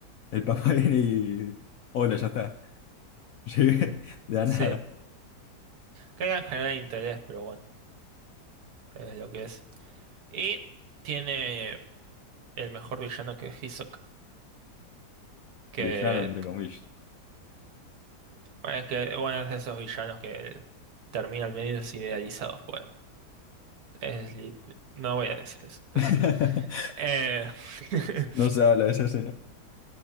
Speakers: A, on the left; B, on the right.
A: el papá <laughs> viene y... Hola, ya está. <laughs> Llegué de la
B: Sí,
A: nada.
B: que en general interés, pero bueno, es lo que es. Y tiene el mejor villano que es Hisoka, que
A: Villano, entre comillas.
B: bueno, es que, bueno, es de esos villanos que terminan medios idealizados, pues. Sleep. No voy a decir eso. espérate.
A: <laughs>
B: Eh, <laughs>
A: No se habla de esa escena.